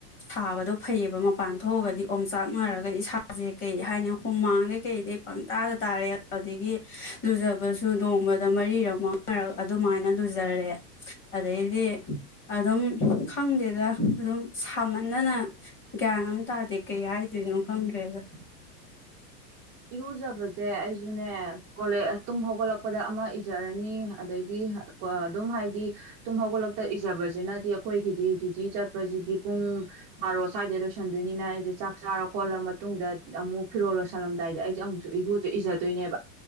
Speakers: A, on the left (about 25°); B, on the right (about 20°).
A: ꯁꯥꯕꯗꯣ ꯐꯩꯑꯕ ꯃꯄꯥꯟ ꯊꯣꯛꯑꯒꯗꯤ ꯑꯣꯝ ꯆꯥꯛꯅꯔꯒ ꯏꯁꯥꯁꯦ ꯀꯩ ꯍꯥꯏꯅꯤ ꯍꯨꯃꯥꯡꯗꯩ ꯀꯩꯗꯩ ꯄꯪꯇꯥꯗ ꯇꯥꯔꯦ ꯑꯗꯨꯗꯒꯤ ꯂꯨꯖꯕꯁꯨ ꯅꯣꯡꯃꯗ ꯃꯔꯤꯔꯛ ꯃꯉꯥꯔꯛ ꯑꯗꯨꯃꯥꯏꯅ ꯂꯨꯖꯔꯦ ꯑꯗꯩꯗꯤ ꯑꯗꯨꯝ ꯈꯪꯗꯦꯗ ꯑꯗꯨꯝ ꯁꯥꯃꯟꯗꯅ ꯒ꯭ꯌꯥꯟ ꯑꯃ ꯇꯥꯗꯦ ꯀꯩ ꯍꯥꯏ ꯑꯗꯨꯩꯅꯣ ꯈꯪꯗ꯭ꯔꯦꯗ
B: ꯏꯔꯨꯖꯕꯥ ꯁꯦ ꯑꯩꯁꯨꯅꯦ ꯍꯧꯒꯂ ꯇꯨꯝ ꯍꯧꯒꯠꯂꯛꯄꯗ ꯑꯃ ꯏꯖꯔꯅꯤ ꯑꯗꯩꯗꯤ ꯑꯗꯨꯝ ꯍꯥꯏꯗꯤ ꯇꯨꯝ ꯍꯧꯒꯠꯂꯛꯇ ꯏꯖꯕꯁꯤꯅꯗꯤ ꯑꯩꯈꯣꯏꯒꯤꯗꯤ ꯗ꯭ꯌꯨꯇꯤ ꯆꯠ ꯗꯤ ꯄꯨꯡ ꯕꯥꯔꯣ ꯁꯥꯏꯗꯩꯩ ꯆꯟꯗꯣꯏꯅꯤꯅ ꯑꯩꯁꯦ ꯆꯥꯛ ꯆꯥꯔ ꯀꯣꯜꯂ ꯃꯇꯨꯡꯗ ꯑꯃꯨꯛ ꯐꯤꯔꯣꯜ ꯂꯣꯏꯁꯜꯂꯝ ꯗꯥꯏꯗ ꯑꯩꯁꯤ ꯑꯃꯨꯛꯁꯨ ꯏꯔꯨ ꯏꯖꯗꯣꯏꯅꯦꯕ